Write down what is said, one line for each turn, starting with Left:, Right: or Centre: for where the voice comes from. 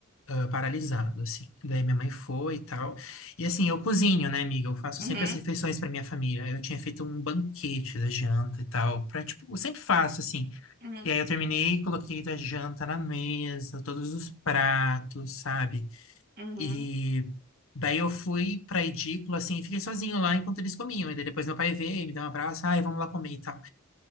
Left: ah, paralisado, assim. Daí minha mãe foi e tal. E assim, eu cozinho, né, amiga? Eu faço
Right: uhum,
Left: sempre as refeições para minha família. Eu tinha feito um banquete da janta e tal, para tipo, eu sempre faço assim.
Right: uhum,
Left: E aí eu terminei, coloquei a janta na mesa, todos os pratos, sabe?
Right: uhum.
Left: E daí eu fui pra edícula, assim, e fiquei sozinho lá enquanto eles comiam. E daí depois meu pai veio, me deu um abraço, ai, vamos lá comer e tal.